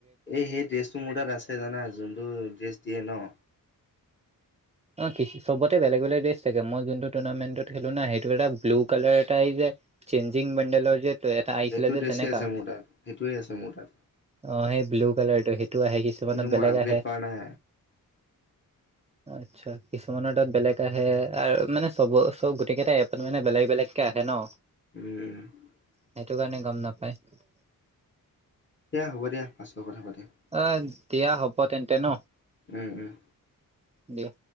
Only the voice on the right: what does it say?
অ চবতে বেলেগ বেলেগ দেশ থাকে মই যোনটো টুৰ্ণামেণ্টত খেলো না সেইটো এটা ব্লু কালাৰ এটা যে চেঞ্জিং মণ্ডল যে এটা আহিছিলে
যে
তেনেকা
অ সেই ব্লু কালাৰটো সেইটো আহে কিছুমানত
বেলেগ
আহে
আচ্ছা কিছুমানৰ তাত বেলেগ আহে আৰু মানে চব চব গোটেই কেইটা এপত মানে বেলেগ বেলেগকে আহে ন
সেইটো কাৰণে গম নাপায়
অ দিয়া হ'ব তেন্তে ন
দিয়া